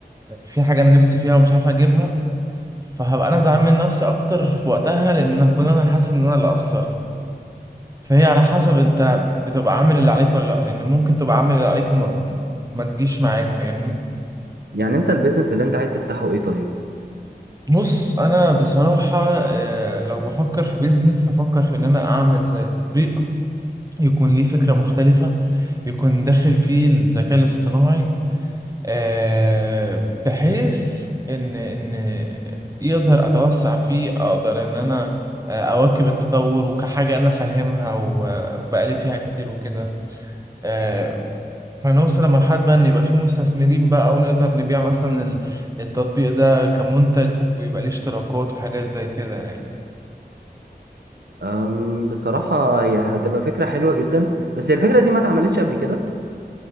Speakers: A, on the right; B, on the right.
A: في حاجه انا نفسي فيها ومش عارف اجيبها فهبقى انا زعلان من نفسي اكتر في وقتها لان هكون انا حاسس ان انا اللي قصرت فهي على حسب انت بتبقى عامل اللي عليك ولا لا لان ممكن تبقى عامل اللي عليك وما ما تجيش معاك فاهمني
B: يعني انت البيزنس اللي انت عايز تفتحه ايه طيب
A: بص انا بصراحة آه، لو بفكر في بيزنس هفكر في ان انا اعمل زي تطبيق يكون ليه فكرة مختلفة يكون داخل فيه الذكاء الاصطناعي آه، بحيث ان ان يقدر اتوسع فيه اقدر ان انا آه، اواكب التطور وكحاجة انا فاهمها و- وبقالي فيها كتير وكده آه، فنوصل لمرحلة بقى إن يبقى في مستثمرين بقى ونقدر نبيع مثلا ال- التطبيق ده كمنتج ويبقى ليه اشتراكات وحاجات زي كده يعني
B: أم بصراحة هي هتبقى فكرة حلوة جدا بس هي الفكرة دي ما اتعملتش قبل كده